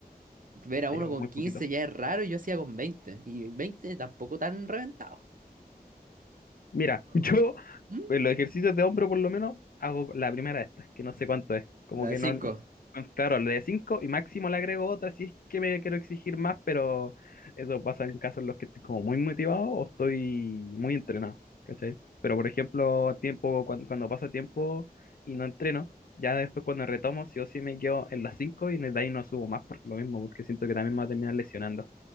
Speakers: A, on the right; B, on the left.
A: Ver a
B: ahí
A: uno
B: hago
A: con
B: muy
A: 15
B: poquito.
A: ya es raro y yo hacía con 20. Y 20 tampoco tan reventado.
B: Mira, <laughs> yo
A: No. ¿Mm?
B: pues, los ejercicios de hombro por lo menos hago la primera de estas, que no sé cuánto es. Como
A: La
B: que
A: de cinco
B: no, no, claro, le de 5 y máximo le agrego otra si es que me quiero exigir más, pero eso pasa en casos en los que estoy como muy motivado o estoy muy entrenado, ¿cachai? Pero por ejemplo, tiempo, cuando, cuando pasa tiempo y no entreno, ya después cuando retomo, sí o sí me quedo en las 5 y de ahí no subo más por lo mismo, porque siento que también me va a terminar lesionando.